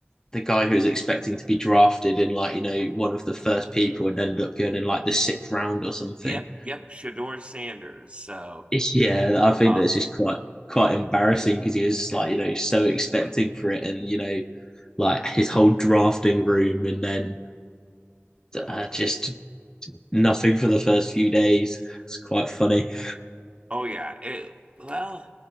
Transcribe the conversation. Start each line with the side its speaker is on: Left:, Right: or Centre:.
Left: the guy who's expecting to be drafted in like, you know, one of the first people and ended up going in like the sixth round or something?
Right: Yep, yep, Shador Sanders. So
Left: It's, yeah, I think
Right: um,
Left: that's just quite quite embarrassing because he was like, you know, so expecting for it and, you know, like his whole drafting room and then uh, just nothing for the first few days. It's quite funny.
Right: oh yeah, it well